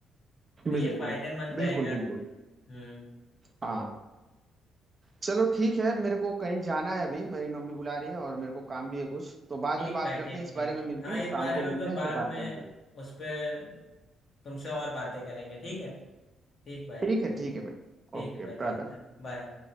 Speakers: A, on the left; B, on the right.
A: तो
B: बिल्कुल
A: ये फायदेमंद रहेगा
B: बिल्कुल बिल्कुल
A: हम्म
B: हाँ चलो ठीक है मेरे को कहीं जाना है अभी मेरी मम्मी बुला रही है और मेरे को काम भी है कुछ तो बाद
A: ठीक
B: में बात
A: भाई
B: करते
A: ठीक
B: हैं इस
A: ठीक
B: बारे में मिलके
A: हाँ इस
B: शाम
A: बारे
B: को
A: में हम
B: मिलते
A: लोग
B: हैं
A: बाद
B: फिर बात
A: में
B: करते हैं
A: उस पर तुमसे और बातें करेंगे ठीक है ठीक भाई
B: ठीक है ठीक है भाई
A: ठीक
B: Okay
A: है भाई
B: brother
A: चलते हैं बाय